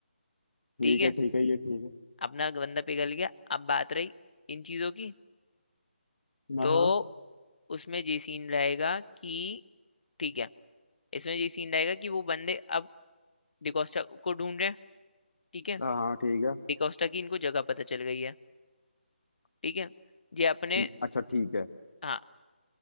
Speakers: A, on the left (about 70°); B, on the left (about 55°).
A: ठीक
B: ठीक है
A: है ठीक है ये ठीक है
B: अपना बंदा पिघल गया अब बात रही इन चीजों की
A: हाँ
B: तो
A: हाँ
B: उसमें ये सीन रहेगा कि ठीक है इसमें ये सीन रहेगा कि वो बंदे अब डिकोस्टा को ढूंढ रहे हैं ठीक है
A: हाँ हाँ, ठीक है
B: डिकोस्टा की इनको जगह पता चल गई है ठीक है ये अपने
A: ठीक अच्छा ठीक है
B: हाँ